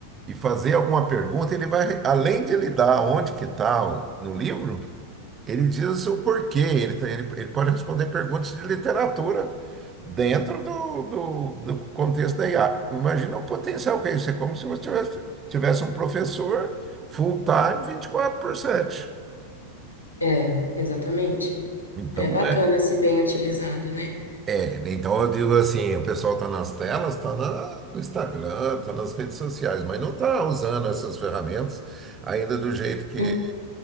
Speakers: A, on the right; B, on the left.
A: e fazer alguma pergunta, ele vai, além de ele dar onde que está o- no livro, ele diz assim o porquê, ele, tá- ele, ele pode responder perguntas de literatura dentro do, do, do contexto da IA. Imagina o potencial que é isso, é como se você tivesse, tivesse um professor full-time vinte e quatro por 7.
B: É, exatamente.
A: Então,
B: É bacana
A: é,
B: se bem utilizado, né?
A: é, então eu digo assim, o pessoal está nas telas, está no Instagram, está nas redes sociais, mas não está usando essas ferramentas ainda do jeito que,
B: Hum.